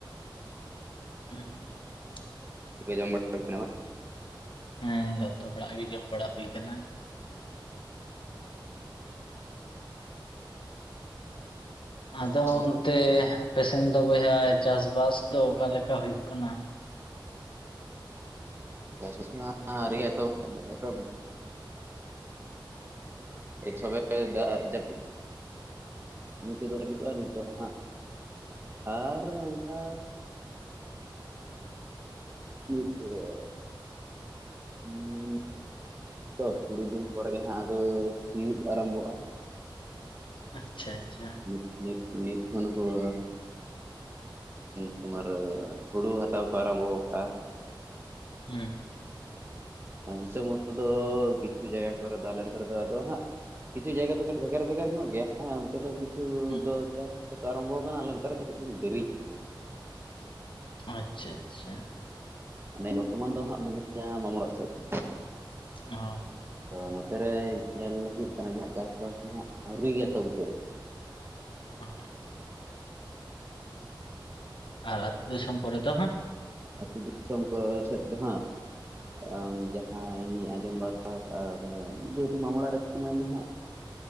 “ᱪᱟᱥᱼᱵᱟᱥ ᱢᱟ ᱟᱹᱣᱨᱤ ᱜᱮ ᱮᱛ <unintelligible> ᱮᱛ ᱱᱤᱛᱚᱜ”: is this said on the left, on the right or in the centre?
Right